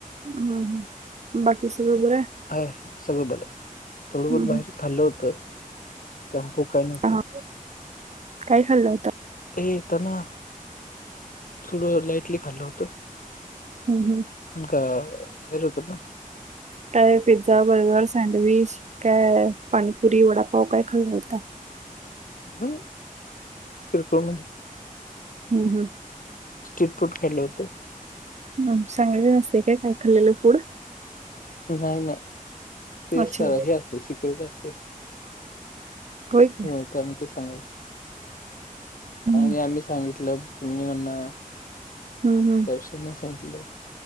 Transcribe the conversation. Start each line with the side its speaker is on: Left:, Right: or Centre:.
Right: हम हम बाकी सग पुोर
Left: ह सगळं बरं थोडंफत
Right: हम्म
Left: बाहेर खाल्लं होतं त्याॅम्पू काय नव्हती
Right: हा हा. काय खाल्लं होतं
Left: हेताना थोडं लाइटली खाल्लं होतं
Right: हम्म हम्म
Left: ण का बाहेर होतो ना
Right: टाय पिझ्झा बर्गर सँडविच काय पाणीपुरी वडापाव काय खाल्ला होता
Left: ह किरकु म्हध्ये
Right: हम् हम
Left: स्ट्रीट फूड खेळलं होतं
Right: ह सांगाले नसते काय काय खाल्लेलं फूड
Left: नाही नाही ते
Right: अच्छा
Left: स हे असते सिकेट असते
Right: होय काय?
Left: हो त्या म ते सांगाल
Right: हम्म
Left: आणि आम्ही सांगितलं तुम्ही म्हणना
Right: हम्म
Left: त्याशना सांगितलं